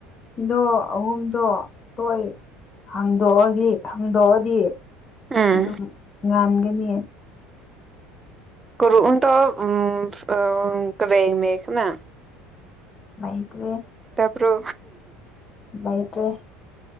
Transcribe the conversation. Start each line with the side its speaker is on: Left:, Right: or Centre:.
Left: ꯋꯤꯟꯗꯣ ꯑꯍꯨꯝꯗꯣ ꯂꯣꯏ ꯍꯥꯡꯗꯣꯛꯑꯗꯤ ꯍꯥꯡꯗꯣꯛꯑꯗꯤ
Right: ꯎꯝ
Left: ꯑꯗꯨꯝ ꯉꯥꯟ ꯒꯅꯤ
Right: ꯀꯨ ꯇ ꯎꯝ ꯀꯔꯦꯏ ꯃꯈ ꯅ
Left: ꯃꯩ ꯇꯦ
Right: ꯭ꯔꯣ
Left: ꯏꯇ